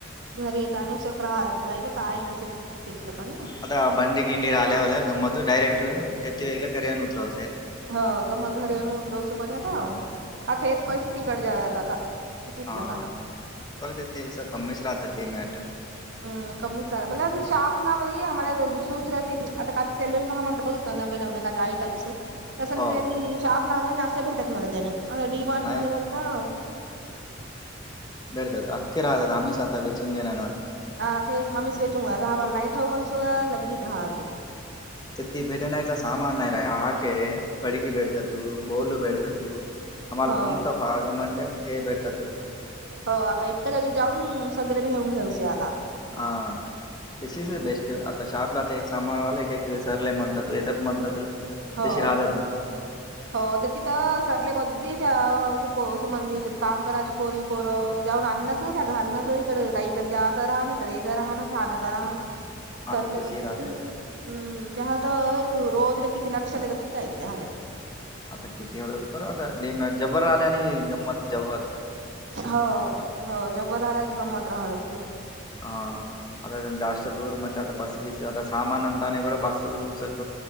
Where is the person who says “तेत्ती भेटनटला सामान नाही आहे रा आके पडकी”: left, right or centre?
Left